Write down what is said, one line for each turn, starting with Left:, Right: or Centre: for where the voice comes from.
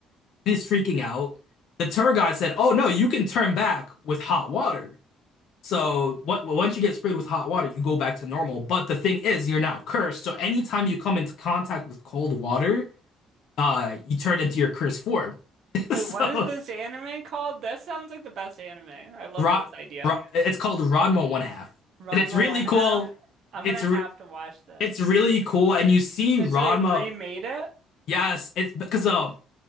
Left: he's freaking out. The tour guide said, "Oh no, you can turn back with hot water." So what, once you get sprayed with hot water, you go back to normal. But the thing is, you're now cursed. So anytime you come into contact with cold water, uh, you turn into your cursed form. <laughs>
Right: Wait,
Left: so
Right: what is this anime called? This sounds like the best anime. I love
Left: Ron,
Right: this idea.
Left: Ron, it's called Ranma One Half,
Right: Ranma
Left: and it's really
Right: One
Left: cool.
Right: Half. I'm
Left: It's
Right: gonna have
Left: re-
Right: to watch this.
Left: it's really cool, and you see
Right: And
Left: Ranma.
Right: so they remade it?
Left: Yes, it's because uh,